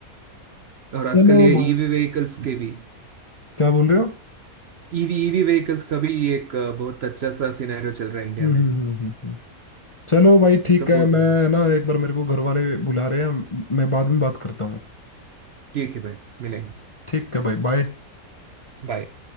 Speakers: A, on the right; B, on the left.
A: और आजकल
B: चलो
A: ये
B: भाई
A: ईवी व्हीकल्स के भी
B: क्या बोल रहे हो
A: ईवी ईवी व्हीकल्स का भी एक अ, बहुत अच्छा सा सिनेरियो चल रहा है इंडिया
B: हम्म
A: में
B: हम्म हम्म हम्म हम्म। चलो भाई ठीक
A: ये सब
B: है
A: बहुत
B: मैं
A: हो रहा है
B: ना एक बार मेरे को घर वाले बुला रहे हैं मैं बाद में बात करता हूँ
A: ठीक है भाई मिलेंगे
B: ठीक है भाई बाय
A: बाय